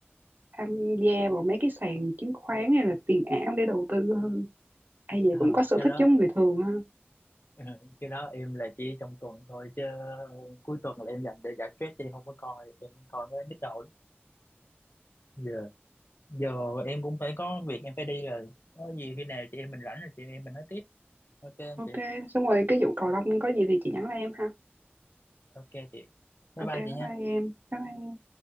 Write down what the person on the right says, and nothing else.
tham gia vào mấy cái sàn chứng khoán hay là tiền ảo để đầu tư hơn. Ai vậy
cũng có sở
thích
giống người thường ha.
Ok,
xong rồi cái vụ cầu lông có gì thì chị nhắn lại em ha.
Ok,
bye
bye em. Bye bye em.